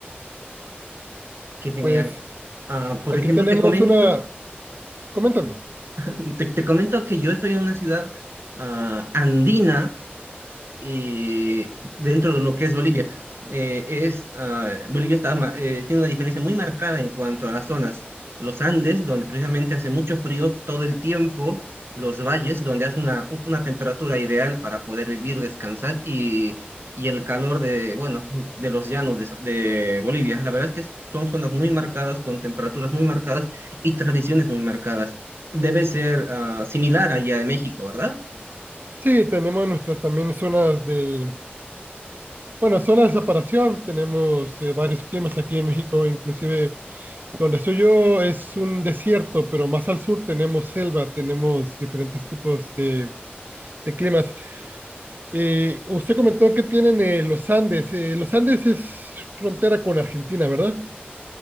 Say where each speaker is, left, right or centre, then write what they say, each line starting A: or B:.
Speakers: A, on the right (about 85°); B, on the right (about 50°).
A: qué genial.
B: Pues
A: Ah, por
B: aquí
A: ejemplo,
B: tenemos
A: te comento,
B: una, coméntame.
A: <laughs> te, te comento que yo estoy en una ciudad ah, andina eh, dentro de lo que es Bolivia. Eh, es, ah, Bolivia está, ma- eh, tiene una diferencia muy marcada en cuanto a las zonas. Los Andes, donde precisamente hace mucho frío todo el tiempo, los valles, donde hace una, u- una temperatura ideal para poder vivir, descansar, y, y el calor de, bueno, de los llanos de, Sa- de Bolivia. La verdad es que son zonas muy marcadas, con temperaturas muy marcadas y tradiciones muy marcadas. Debe ser ah, similar allá de México, ¿verdad?
B: Sí, tenemos nuestras también zonas de, bueno, zonas de separación. Tenemos eh, varios climas aquí en México, inclusive Donde estoy yo es un desierto, pero más al sur tenemos selva, tenemos diferentes tipos de, de climas. Eh, usted comentó que tienen eh, los Andes. Eh, los Andes es frontera con Argentina, ¿verdad?